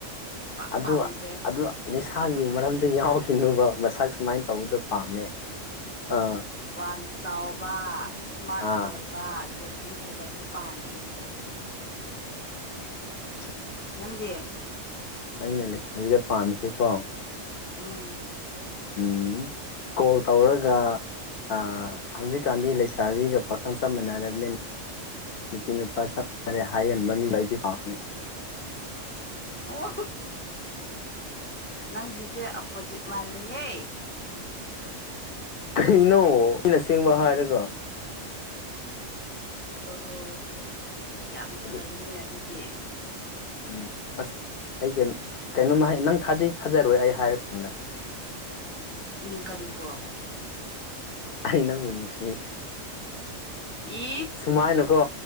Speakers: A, on the left (about 20°); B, on the left (about 60°).
A: ꯁꯨꯄꯥꯝ
B: ꯑꯗꯨ
A: ꯄꯥꯝꯗ꯭ꯔꯦ
B: ꯑꯗꯨ ꯅꯤꯡꯟꯁꯥꯡꯒꯤ
A: ꯃꯁꯛ ꯐꯖꯔꯁꯨ
B: ꯃꯔꯝꯗ ꯌꯥꯎꯈꯤꯅꯨꯕ ꯃꯁꯛ ꯁꯨꯃꯥꯏꯅ ꯇꯧꯕꯗꯣ ꯄꯥꯝꯃꯦ ꯑꯥ
A: ꯋꯥ ꯆꯥꯎꯕ ꯏꯁꯃꯥꯔꯠ
B: ꯑꯥ
A: ꯑꯣꯏꯕ ꯗ꯭ꯔꯦꯁꯤꯡ ꯍꯩꯕ ꯑꯗꯨ ꯄꯥꯝꯃꯦ ꯑꯩꯗꯤ
B: ꯎꯝ
A: ꯅꯪꯗꯤꯦ
B: ꯑꯩꯅ ꯂꯩꯁꯥꯕꯤꯗ ꯄꯥꯝꯃꯤꯁꯦ ꯀꯣ
A: ꯎꯝ
B: ꯎꯝ ꯀꯣꯜ ꯇꯧꯔꯒ ꯑ ꯍꯧꯖꯤꯛꯀꯥꯟꯗꯤ ꯂꯩꯁꯥꯕꯤꯒ ꯄꯥꯈꯜ ꯆꯞ ꯃꯅꯔꯕꯅꯤꯅ ꯅꯨꯄꯤ ꯅꯨꯄꯥ ꯆꯠꯔꯦ ꯍꯥꯏꯍꯟꯕ ꯃꯤꯒ ꯑꯩꯗꯤ ꯄꯥꯝꯃꯦ
A: ꯑꯣ ꯅꯪꯒꯤꯁꯦ ꯑꯄꯣꯖꯤꯠ ꯃꯥꯜꯂꯦꯍꯦ
B: ꯀꯩꯅꯣ ꯑꯩꯅ ꯁꯦꯡꯕ ꯍꯥꯏꯔꯒ
A: ꯑꯣꯍꯣ ꯌꯥꯝ ꯐꯔꯅꯦ
B: ꯑꯗꯨ
A: ꯑꯗꯨꯗꯤ
B: ꯎꯝ ꯑꯁ ꯑꯩ ꯀꯩꯅꯣ ꯀꯩꯅꯣꯝꯃ ꯅꯪ ꯊꯥꯖꯩ ꯊꯥꯖꯔꯣꯏ ꯑꯩ ꯍꯥꯏꯔ ꯀꯥꯟꯗ
A: ꯎꯝ ꯀꯔꯤꯕꯣ
B: ꯑꯩ ꯅꯪꯣ ꯅꯁꯤꯅꯤ
A: ꯏ
B: ꯁꯨꯃꯥꯏꯅꯨꯀꯣ